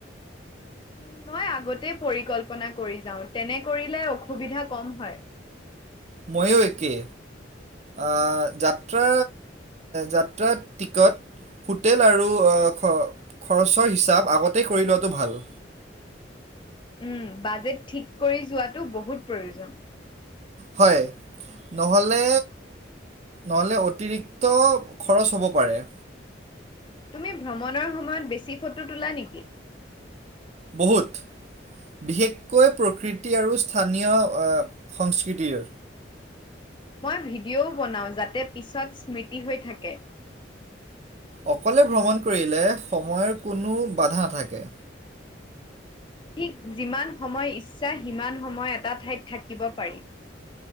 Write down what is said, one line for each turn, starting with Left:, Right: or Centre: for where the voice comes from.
Left: উম, মই আগতে পৰিকল্পনা কৰি যাও তেনে কৰিলে অসুবিধা কম হয়
Right: ময়ো একে আ যাত্ৰা যাত্ৰা টিকট হোটেল আৰু খ খৰচৰ হিচাপ আগতেই কৰি লোৱাটো ভাল
Left: উম বাজেট ঠিক কৰি যোৱাটো বহুত প্ৰয়োজন
Right: হয় নহ'লে নহ'লে অতিৰিক্ত খৰচ হ'ব পাৰে
Left: তুমি ভ্ৰমণৰ সময়ত বেছি ফটো তোলা নেকি
Right: বহুত বিশেষকৈ প্ৰকৃতি আৰু স্থানীয় সংস্কৃতিৰ
Left: মই ভিডিঅ'ও বনাওঁ যাতে পিছত স্মৃতি হৈ থাকে
Right: অকলে ভ্ৰমণ কৰিলে সময়ৰ কোনো বাধা নাথাকে
Left: ঠিক যিমান সময় ইচ্ছা সিমান সময় এটা ঠাইত থাকিব পাৰি